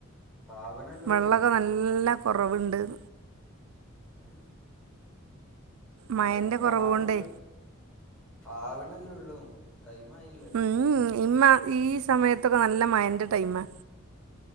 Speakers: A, in the centre; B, on the right (about 80°).
A: ആവണല്ലേള്ളൂ
B: വെള്ളോക്കെ നല്ല കൊറവ്ണ്ട്ന്ന്.
A: ഉം മഴക്ക്
B: മഴൻ്റെ കുറവ്
A: ആവ്ണല്ലോ
B: കൊണ്ടേ
A: ആവ്ണല്ലൊള്ളൂ ടൈംമായില്ലല്ലോ.
B: ഉം, ഇമ്മ ഈ സമയത്തൊക്കെ നല്ല മഴന്റെ ടൈമാ.